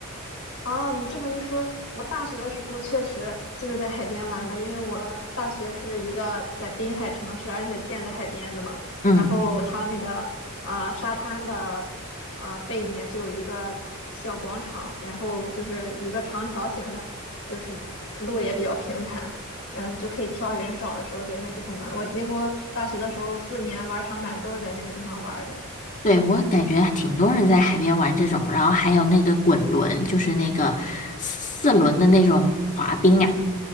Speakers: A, on the left; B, on the left.
A: 啊，你这么一说，我大学的时候确实就是在海边玩的，因为我大学是一个在滨海城市，而且建在海边的嘛。
B: 嗯。
A: 然后它那个呃沙滩的呃背面就有一个小广场，然后就是一个长条形的，就是路也比较平坦，嗯，就可以挑人少的时候在那地方玩。我几乎大学的时候四年玩长板都是在那个地方玩的，
B: 对，我感觉挺多人在海边玩这种，然后还有那个滚轮，就是那个四轮的那种滑冰啊，